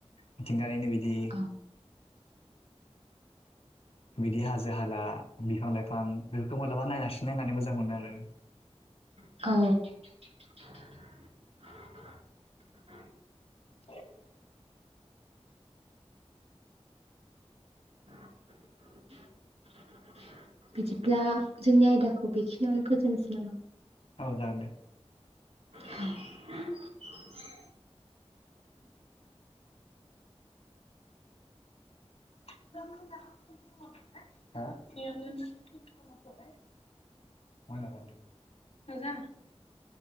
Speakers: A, on the left; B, on the right.
A: मिथिंगानिनो बिदि
B: औ
A: बिदि हाजो हाला बिफां लाइफां बेफोरखौ मालाबा नायनासि नायनानै मोज मोजां मोनो आरो
B: औ
A: <inaudible>
B: <inaudible> बिदिब्ला जोंनि आयदाखौ बेखिनियावनो फोजोबनोसै नामा?
A: औ जागोन दे।
B: <inaudible>
A: <unintelligible>